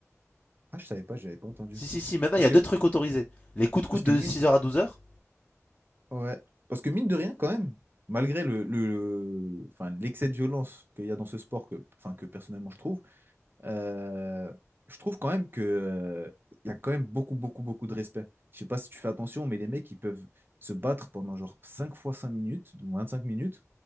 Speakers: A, on the right (about 40°); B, on the left (about 20°).
A: Ah, je savais pas, j'avais pas entendu.
B: Si, si, si. Maintenant,
A: Parce
B: il y a
A: que,
B: deux trucs autorisés. Les coups de coude
A: parce que
B: de
A: mine.
B: 6 heures à 12 heures.
A: Ouais. Parce que mine de rien, quand même, malgré le, le... Enfin, l'excès de violence qu'il y a dans ce sport, que, enfin, que personnellement je trouve, Euh, je trouve quand même que, euh, il y a quand même beaucoup, beaucoup, beaucoup de respect. Je sais pas si tu fais attention, mais les mecs, ils peuvent se battre pendant genre 5 fois 5 minutes, donc 25 minutes,